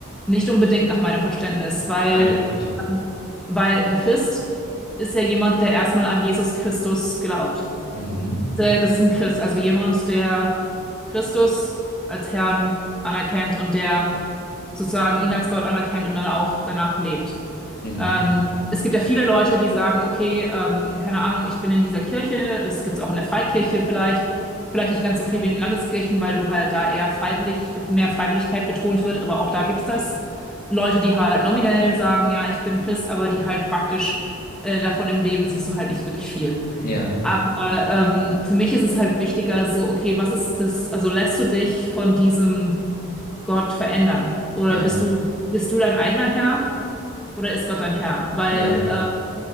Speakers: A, in the centre; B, on the left.
A: Nicht unbedingt nach meinem Verständnis, weil,
B: mein auch nicht.
A: ähm, weil ein Christ ist ja jemand, der erstmal an Jesus Christus glaubt.
B: Mhm,
A: Der- Das ist ein Christ, also jemand, der Christus als Herrn anerkennt und der sozusagen ihn als Gott anerkennt und dann auch danach lebt.
B: mhm,
A: Ähm, es gibt ja viele Leute, die sagen, okay, ähm, keine Ahnung, ich bin in dieser Kirche, das gibt's auch in der Freikirche vielleicht, vielleicht nicht ganz so viel wie in den Landeskirchen, weil du halt da eher freiwillig, mehr Freiwilligkeit betont wird, aber auch da gibt's das. Leute, die halt nominell sagen, ja, ich bin Christ, aber die halt praktisch äh, davon im Leben siehst du halt nicht wirklich viel.
B: ja,
A: Aber ähm, für mich ist es halt wichtiger, so, okay, was ist das, also lässt du dich von diesem Gott verändern? Oder
B: ja,
A: bist du, bist du dein eigener Herr? Oder ist Gott dein Herr? Weil,
B: ja,
A: äh,